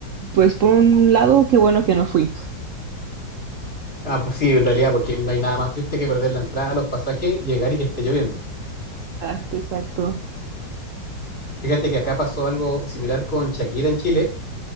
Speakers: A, on the right; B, on the left.
A: pues por un lado, qué bueno que no fui.
B: Ah, pues sí, en realidad, porque no hay nada más triste que perder la entrada, los pasajes, llegar y que esté lloviendo.
A: Exacto, exacto.
B: Fíjate que acá pasó algo similar con Shakira en Chile.